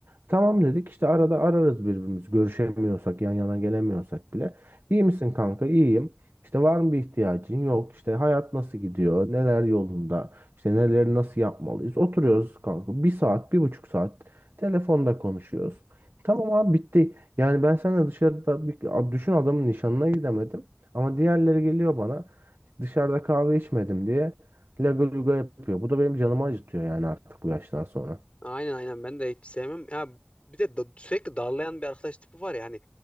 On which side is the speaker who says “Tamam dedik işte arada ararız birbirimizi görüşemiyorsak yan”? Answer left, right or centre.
Right